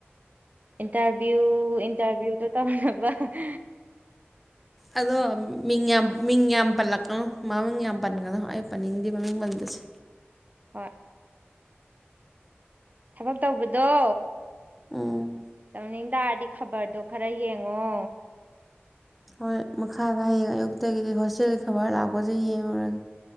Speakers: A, on the right; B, in the centre.
A: ꯏꯟꯇꯔꯚꯤꯌꯨ ꯏꯟꯇꯔꯚꯤꯌꯨꯗꯣ ꯇꯧꯅꯕ ꯍꯍ
B: ꯑꯗꯣ ꯃꯤꯡꯌꯥꯝ ꯃꯤꯡꯌꯥꯝ ꯄꯜꯂꯛꯀꯅꯣ ꯃꯥꯃꯤꯡ ꯌꯥꯝ ꯄꯟꯒꯅꯣ ꯑꯩ ꯄꯟꯅꯤꯡꯗꯦ ꯃꯃꯤꯡ ꯃꯟꯕꯁꯦ
A: ꯍꯣꯏ ꯊꯕꯛ ꯇꯧꯕꯗꯣ
B: ꯎꯝ
A: ꯇꯧꯅꯤꯡ ꯇꯥꯔꯗꯤ ꯈꯕꯔꯗꯣ ꯈꯔ ꯌꯦꯡꯉꯣ
B: ꯍꯣꯏ ꯃꯈꯥꯗꯥ ꯍꯌꯦꯡ ꯑꯌꯨꯛꯇꯒꯤꯗꯤ ꯍꯣꯁꯇꯦꯜꯒꯤ ꯈꯕꯔ ꯂꯥꯛꯄꯁꯦ ꯌꯦꯡꯉꯨꯔꯒꯦ